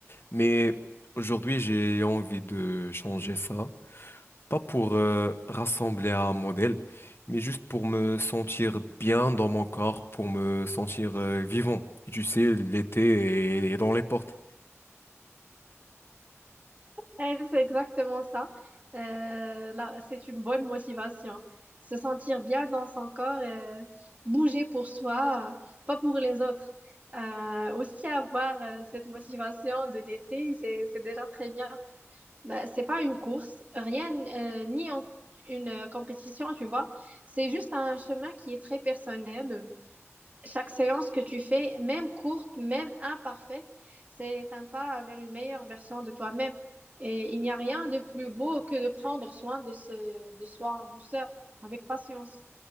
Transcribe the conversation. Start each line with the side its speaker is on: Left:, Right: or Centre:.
Left: Mais aujourd'hui, j'ai envie de changer ça. Pas pour euh, rassembler un modèle, mais juste pour me sentir bien dans mon corps, pour me sentir euh, vivant. Et tu sais, l'été est est dans les portes.
Right: Eh, C'est exactement ça. Euh, là, c'est une bonne motivation. Se sentir bien dans son corps, euh, bouger pour soi, euh, pas pour les autres. Euh, aussi avoir euh, cette motivation de l'été, c'est, c'est déjà très bien. Bah, c'est pas une course, rien, euh, ni en- une euh, compétition, tu vois. C'est juste un chemin qui est très personnel. euh, chaque séance que tu fais, même courte, même imparfaite, c'est un pas vers une meilleure version de toi-même. Et il n'y a rien de plus beau que de prendre soin de, ce, de soi en douceur, avec patience.